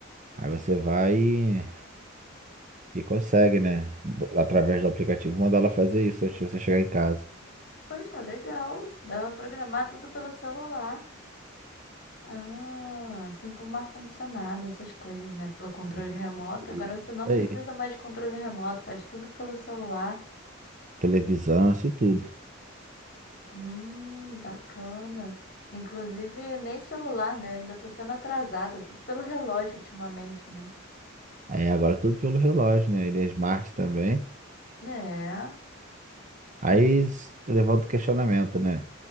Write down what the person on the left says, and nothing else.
<laughs> Poxa, legal. Dá pra programar tudo pelo celular. Ah, assim como ar-condicionado, essas coisas, né? Pelo controle
remoto.
Agora você
não precisa
mais de controle remoto, faz tudo pelo celular.
Hum, bacana. Inclusive, nem celular, né? Eu ainda tô sendo atrasada, tudo pelo relógio ultimamente, né?
Né? Que...